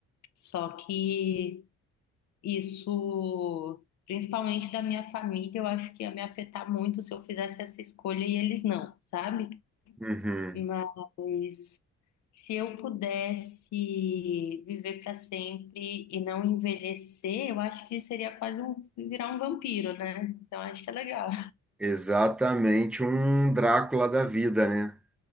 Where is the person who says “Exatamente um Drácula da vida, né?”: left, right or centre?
Centre